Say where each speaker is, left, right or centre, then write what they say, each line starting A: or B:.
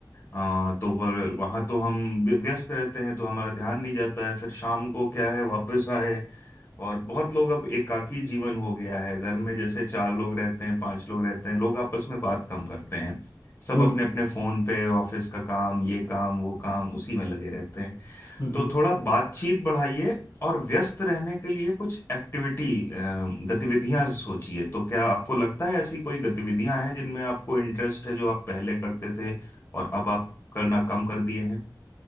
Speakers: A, on the left; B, on the left.
A: आ, तो पर वहाँ तो हम व्य- व्यस्त रहते हैं तो हमारा ध्यान नहीं जाता है फिर शाम को क्या है वापस आए और बहुत लोग अब एकाकी जीवन हो गया है घर में जैसे चार लोग रहते हैं पांच लोग रहते हैं लोग आपस में बात कम करते हैं सब
B: हम्म
A: अपने अपने फोन पे ऑफिस का काम ये काम वो काम उसी में लगे रहते हैं
B: हम्म
A: तो
B: हम्म।
A: थोड़ा बातचीत बढ़ाइए और व्यस्त रहने के लिए कुछ एक्टिविटी गतिविधियां सोचिए तो क्या आपको लगता है ऐसी कोई गतिविधियां हैं जिनमें आपको इंटरेस्ट है जो आप पहले करते थे और अब आप करना कम कर दिए हैं